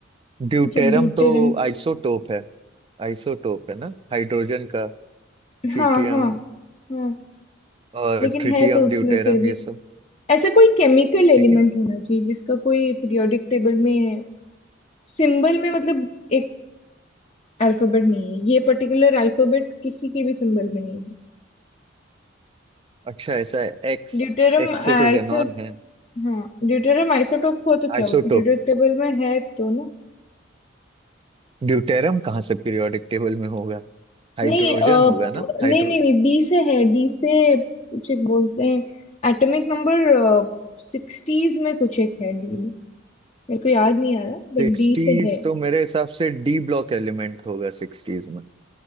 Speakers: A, on the right; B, on the left.
A: ड्यूटेरम
B: कुछ ड्यूटेरम
A: तो आइसोटोप है आइसोटोप है ना हाइड्रोजन का ट्रिटियम
B: हाँ हाँ हाँ
A: और
B: लेकिन
A: ट्रिटियम
B: है तो उसमें
A: ड्यूटेरम
B: फिर भी
A: ये सब
B: ऐसा कोई केमिकल एलिमेंट
A: लेकिन
B: होना चाहिए जिसका कोई पीरियोडिक टेबल में सिंबल में मतलब एक अल्फाबेट नहीं है ये पर्टिकुलर अल्फाबेट किसी के भी सिंबल में नहीं है
A: अच्छा ऐसा है एक्स
B: ड्यूटेरियम
A: एक्स से
B: आइसो
A: तो जेनॉन है
B: हाँ ड्यूटेरियम आइसोटोप हो तो क्या
A: आइसोटोप
B: हो पीरियोडिक टेबल में है तो ना
A: ड्यूटेरम कहाँ से पीरियोडिक टेबल में होगा हाइड्रोजन
B: नहीं अ, प-
A: होगा ना
B: नहीं
A: हाइड्रो
B: नहीं नहीं डी से है डी से कुछ एक बोलते हैं एटॉमिक नंबर सिक्सटीज में कुछ एक है डी में मेरे को याद नहीं आ रहा बट
A: सिक्सटीज
B: डी से है
A: तो मेरे हिसाब से डी ब्लॉक एलिमेंट होगा सिक्सटीज में